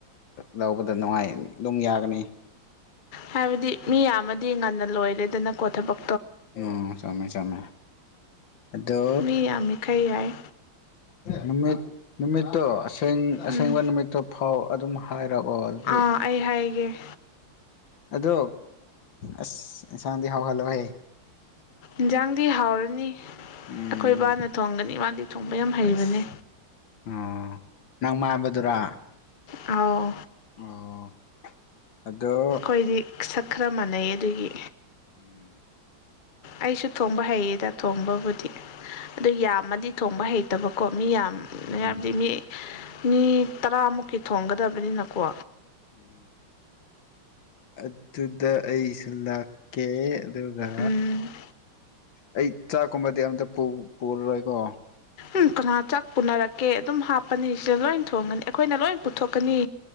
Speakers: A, on the left; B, on the left.
A: ꯂꯧꯕꯗ ꯅꯨꯡꯉꯥꯏ ꯑꯗꯨꯝ ꯌꯥꯒꯅꯤ
B: ꯍꯥꯏꯕꯗꯤ ꯃꯤ ꯌꯥꯝꯃꯗꯤ ꯉꯟꯅ ꯂꯣꯏꯔꯦꯗꯅꯀꯣ ꯊꯕꯛ
A: ꯎꯝ ꯆꯃꯦ ꯆꯃꯦ ꯑꯗꯣ
B: ꯃꯤ ꯌꯥꯝꯃꯤꯈꯩ ꯌꯥꯏ
A: ꯅꯨꯃꯤꯠ ꯅꯨꯃꯤꯠꯇꯨ ꯁꯦꯡ ꯑꯁꯦꯡꯕ
B: ꯎꯝ
A: ꯅꯨꯃꯤꯠꯇꯨ ꯐꯥꯎ ꯑꯗꯨꯝ ꯍꯥꯏꯔꯛꯑꯣ ꯑꯗꯨꯏ
B: ꯑꯥ ꯑꯩ ꯍꯥꯏꯒꯦ
A: ꯑꯗꯣ ꯑꯁ ꯏꯟꯁꯥꯡꯗꯤ ꯍꯥꯎꯍꯜꯂꯣꯍꯦ
B: ꯏꯟꯖꯥꯡꯗꯤ ꯍꯥꯎꯔꯅꯤ ꯑꯩꯈꯣꯏ
A: ꯎꯝ
B: ꯕꯥꯅ ꯊꯣꯡꯒꯅꯤ ꯃꯥꯗꯤ ꯊꯣꯡꯕ ꯌꯥꯝ ꯍꯩꯕꯅꯦ
A: ꯑꯁ ꯑꯣ ꯅꯪ ꯃꯥꯕꯗꯨꯔꯥ
B: ꯑꯥꯎ
A: ꯑꯣ ꯑꯗꯣ
B: ꯑꯩꯈꯣꯏꯗꯤ ꯁꯛ ꯈꯔ ꯃꯥꯟꯅꯩ ꯑꯗꯨꯒꯤ
A: ꯎꯝ
B: ꯑꯩꯁꯨ ꯊꯣꯡꯕ ꯍꯩꯌꯦꯗ ꯊꯣꯡꯕꯕꯨꯗꯤ ꯑꯗꯨ ꯌꯥꯝꯃꯗꯤ ꯊꯣꯡꯕ ꯍꯩꯇꯕꯀꯣ ꯃꯤ ꯌꯥꯝ
A: ꯎꯝ
B: ꯍꯥꯏꯕꯗꯤ ꯃꯤ ꯃꯤ ꯇꯔꯥꯃꯨꯛꯀꯤ ꯊꯣꯡꯒꯗꯕꯅꯤꯅꯀꯣ
A: ꯎꯝ ꯑꯗꯨꯗ ꯑꯩꯁꯨ ꯂꯥꯛꯀꯦ ꯑꯗꯨꯒ
B: ꯎꯝ
A: ꯑꯩ ꯆꯥꯛꯀꯨꯝꯕꯗꯤ ꯑꯝꯇ ꯄꯨꯔꯔꯣꯏꯀꯣ
B: ꯎꯝ ꯀꯅꯥ ꯆꯥꯛ ꯄꯨꯅꯔꯛꯀꯦ ꯑꯗꯨꯝ ꯍꯥꯞꯄꯅꯤ ꯁꯤꯗ ꯂꯣꯏ ꯊꯣꯡꯒꯅꯤ ꯑꯩꯈꯣꯏꯅ ꯂꯣꯏ ꯄꯨꯊꯣꯛꯀꯅꯤ